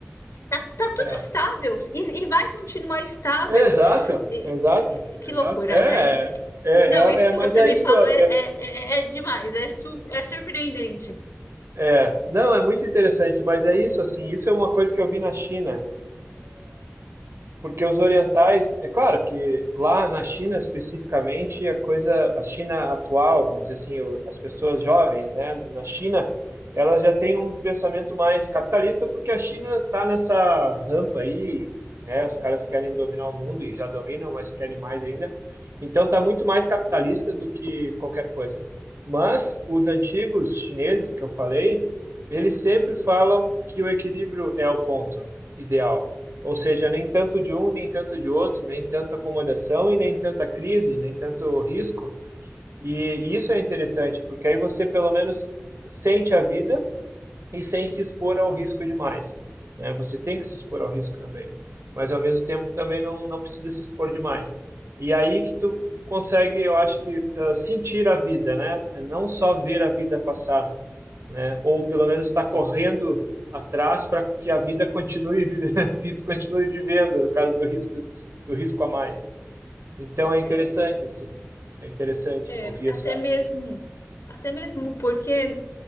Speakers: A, on the left; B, on the right.
A: tá, tá tudo
B: é.
A: estável e e vai continuar estável.
B: Exato,
A: E-
B: exato,
A: e- Que
B: exato.
A: loucura,
B: É,
A: né?
B: é, é,
A: E, Não,
B: é,
A: isso
B: é,
A: que
B: mas
A: você
B: é
A: me
B: isso.
A: falou
B: É,
A: é, é, é- é demais, é, su- é surpreendente.
B: é. não, é muito interessante, mas é isso, assim. Isso é uma coisa que eu vi na China. Porque os orientais, é claro que lá na China especificamente, a coisa, a China atual, vamos dizer assim, o- as pessoas jovens, né, na China, elas já têm um pensamento mais capitalista, porque a China está nessa rampa aí, né, os caras querem dominar o mundo e já dominam, mas querem mais ainda. Então está muito mais capitalista do que qualquer coisa. Mas os antigos chineses que eu falei, eles sempre falam que o equilíbrio é o ponto ideal. Ou seja, nem tanto de um, nem tanto de outro, nem tanto acomodação e nem tanta crise, nem tanto risco. E, e isso é interessante, porque aí você pelo menos sente a vida e sem se expor ao risco demais. Né? Você tem que se expor ao risco também, mas ao mesmo tempo também não, não precisa se expor demais. E aí que tu consegue, eu acho que, uh, sentir a vida, né? Não só ver a vida passar, né? Ou pelo menos está correndo atrás para que a vida continue <laughs> que tu continue vivendo, no caso do risco do risco a mais. Então é interessante
A: É,
B: assim, é interessante
A: é,
B: ouvir essa
A: até mesmo, até mesmo porque,